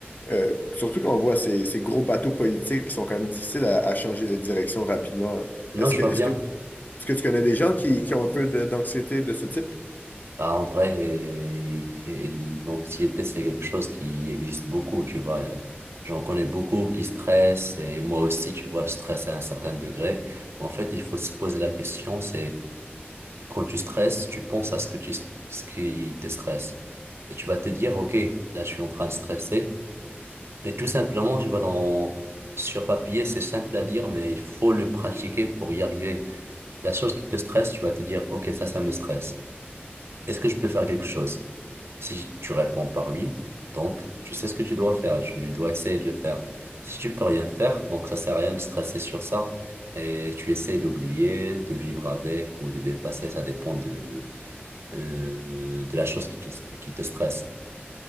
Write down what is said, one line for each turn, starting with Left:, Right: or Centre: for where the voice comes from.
Left: euh, surtout quand on voit ces, ces gros bateaux politiques qui sont quand même difficiles à, à changer de direction rapidement.
Right: Mm. Non,
Left: Est-ce
Right: je
Left: que,
Right: vois
Left: est-ce
Right: bien.
Left: que, est-ce que tu connais des gens qui, qui ont un peu de- d'anxiété de ce type?
Right: Bah, en vrai, et- et l'anxiété, c'est quelque chose qui existe beaucoup, tu vois. Euh, J'en connais beaucoup qui stressent et moi aussi, tu vois, je stresse à un certain degré. En fait, il faut se poser la question, c'est Quand tu stresses, tu penses à ce que tu, ce qui te stresse. Et tu vas te dire, OK, là, je suis en train de stresser. Et tout simplement, tu vas dans, sur papier, c'est simple à dire, mais il faut le pratiquer pour y arriver. La chose qui te stresse, tu vas te dire, OK, ça, ça me stresse. Est-ce que je peux faire quelque chose? Si tu réponds par oui, donc tu sais ce que tu dois faire, tu dois essayer de le faire. Si tu peux rien faire, donc ça sert à rien de stresser sur ça et tu essayes d'oublier, de vivre avec ou de dépasser, ça dépend de, euh, de la chose qui te, qui te stresse.